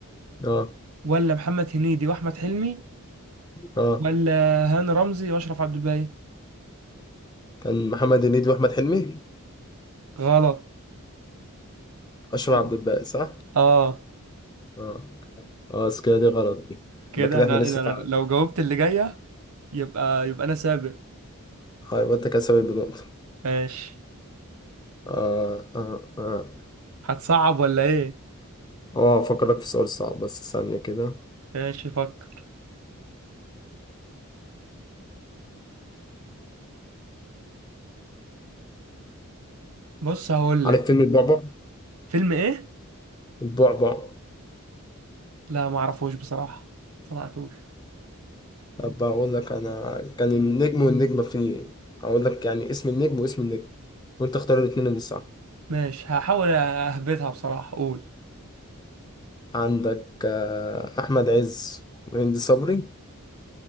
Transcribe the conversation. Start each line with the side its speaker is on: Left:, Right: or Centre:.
Left: آه
Right: ولا محمد هنيدي واحمد حلمي
Left: آه
Right: ولا هاني رمزي واشرف عبد الباقي
Left: كان محمد هنيدي وأحمد حلمي
Right: غلط
Left: أشرف
Right: كده
Left: عبد الباقي صح؟
Right: اه
Left: آه آه بس كده دي غلط دي
Right: كده
Left: يبقى كده
Right: انا
Left: إحنا لسه
Right: انا
Left: تعادل
Right: لو جاوبت اللي جايه يبقى يبقى انا سابق
Left: آه، يبقى أنت كده سابق بنقطة
Right: ماشي
Left: آه آه آه
Right: هتصعب ولا ايه
Left: آه، أفكرك في سؤال صعب بس ثانية كده
Right: ماشي فكر بص هقول
Left: عارف
Right: لك
Left: فيلم البعبع؟
Right: فيلم ايه
Left: البعبع
Right: لا ما اعرفوش بصراحه سمعتوش
Left: أبقى أقول لك أنا كان النجم والنجمة فيه هقول لك يعني اسم النجم واسم النجم وأنت اختار الاتنين اللي صح
Right: ماشي هحاول اهبطها بصراحه قول
Left: عندك آه، أحمد عز وهند صبري